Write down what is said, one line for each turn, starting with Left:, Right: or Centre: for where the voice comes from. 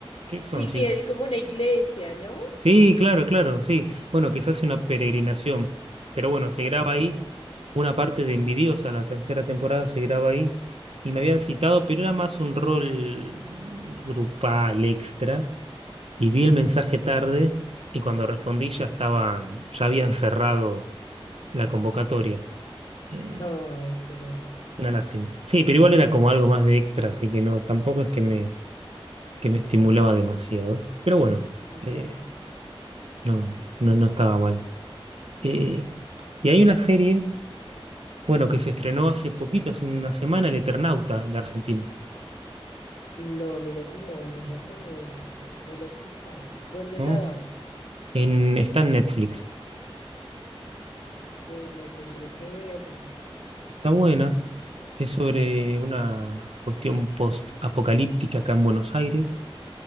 Right: ¿qué son?
Left: Sí,
Right: Cinco-
Left: que hay como una iglesia, ¿no?
Right: Sí, claro, claro, sí. Bueno, que se hace una peregrinación. Pero bueno, se graba
Left: Ajá,
Right: ahí. Una parte de Envidiosa, la tercera temporada, se graba ahí. Y me habían citado, pero era más un rol grupal extra. Y vi el
Left: ok.
Right: mensaje tarde y cuando respondí ya estaban, ya habían cerrado la convocatoria. Eh,
Left: Ay, qué mal.
Right: una lástima. Sí, pero igual era como algo más de extra, así que no, tampoco es que me, que me estimulaba demasiado. Pero bueno,
Left: Ujú.
Right: eh, no, no, no estaba mal. Eh, y hay una serie, bueno, que se estrenó hace poquito, hace una semana, El Eternauta de Argentina,
Left: No, mira que no, no la conozco, no la he escuchado. ¿Dónde
Right: ¿no?
Left: la dan?
Right: En, está en Netflix.
Left: Ok, no tendré que verla.
Right: Está buena, es sobre una cuestión post-apocalíptica acá en Buenos Aires.